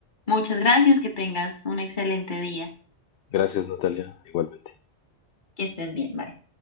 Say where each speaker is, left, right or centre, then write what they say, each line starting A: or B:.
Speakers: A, on the left; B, on the left.
A: Muchas gracias, que tengas un excelente día,
B: Gracias, Natalia, igualmente.
A: que estés bien, bye.